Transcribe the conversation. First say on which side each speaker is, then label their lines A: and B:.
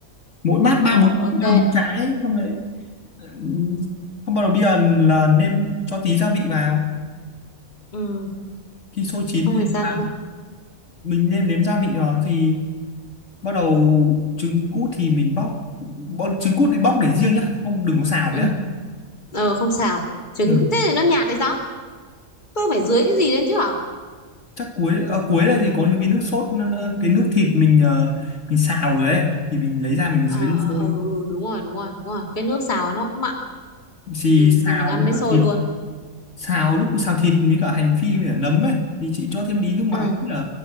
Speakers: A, on the left; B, on the left.
A: mỗi bát ba
B: rồi
A: bốn
B: ok
A: ba bốn trái xong rồi ừ, xong bắt đầu bây giờ là nêm cho tí gia vị vào
B: ừ
A: khi sôi chín
B: không
A: thì
B: phải sao
A: à,
B: nữa
A: mình nêm nếm gia vị rồi thì bắt đầu trứng cút thì mình bóc bọn trứng cút thì bóc để riêng nhá không đừng có xào
B: ừ
A: nhá
B: ờ không sao trứng
A: ừ.
B: thế thì nó nhạt hay sao tôi phải dưới cái gì lên chứ hả
A: chắc cuối à, cuối đây thì có cái nước sốt cái nước thịt mình ờ, mình xào rồi đấy thì mình lấy ra mình
B: ờ
A: dưới lên
B: ờ
A: sôi
B: ờ ừ, đúng rồi đúng rồi đúng rồi cái nước xào nó cũng mặn
A: thì
B: ừ
A: xào
B: thì mình ăn
A: với
B: với
A: cả
B: xôi
A: thịt
B: luôn
A: xào lúc xào thịt với cả hành phi với cả nấm ấy thì chị cho thêm tí nước mắm
B: ờ
A: với cả